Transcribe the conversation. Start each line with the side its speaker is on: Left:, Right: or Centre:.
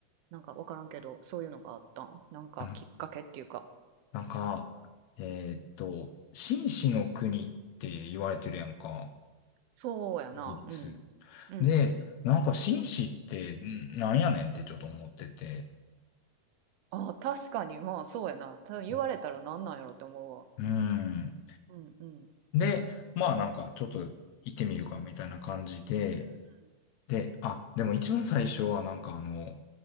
Right: なんかわからんけど、そういうのがあったんなんかきっかけっていうか、
Left: あの、なんか、えーっと、紳士の国って言われてるやんか。
Right: そうやな、
Left: イギリス。
Right: うん。うんうん。
Left: で、なんか紳士ってんなんやねんってちょっと思ってて。
Right: ああ、確かに、まあそうやな。ただ言われたらなんなんやろって思うわ。
Left: うんうん。
Right: うんうん。
Left: で、まあなんかちょっと行ってみるかみたいな感じで、
Right: うん
Left: で、あ、でも一番最初はなんかあの、